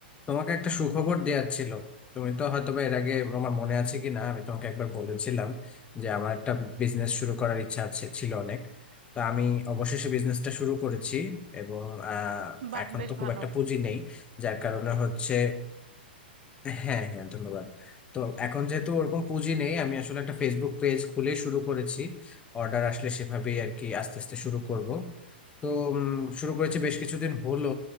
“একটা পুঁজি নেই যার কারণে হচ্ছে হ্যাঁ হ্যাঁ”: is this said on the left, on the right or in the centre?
Left